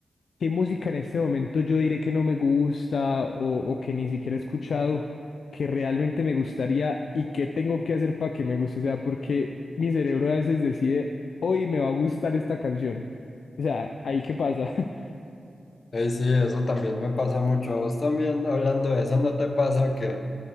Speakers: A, on the left; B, on the left.
A: ¿qué música en este momento yo diré que no me gusta o, o que ni siquiera he escuchado, que realmente me gustaría y qué tengo que hacer para que me guste? O sea, porque mi cerebro a veces decide, hoy me va a gustar esta canción. O sea, ¿ahí qué pasa? <laughs>
B: Y sí, eso también me pasa mucho. A vos también, hablando de eso, ¿no te pasa que,